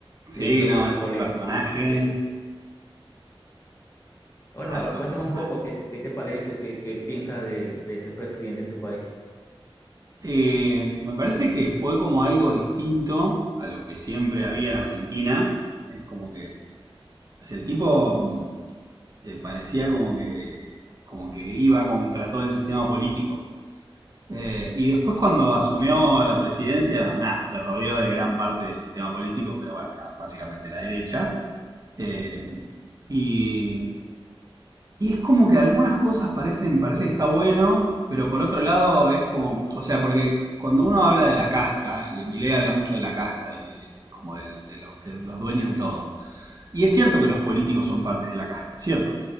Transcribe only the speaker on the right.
Sí,
no,
es
un personaje,
alto
personaje.
Eh, me parece que fue como algo distinto a lo que siempre había en Argentina, eh, como que, o sea, el tipo mm, eh, parecía como que, como que iba contra todo el sistema político. Eh, y después cuando asumió la presidencia, nada, se rodeó de gran parte del sistema político, pero bueno, nada, básicamente la derecha. Eh, y, y es como que algunas cosas parecen, parece que está bueno, pero por otro lado es como, o sea, porque cuando uno habla de la casta, eh, Milei habla mucho de la casta y de, de como del- de los, que, los dueños de todo. Y es cierto que los políticos son partes de la casta, es cierto.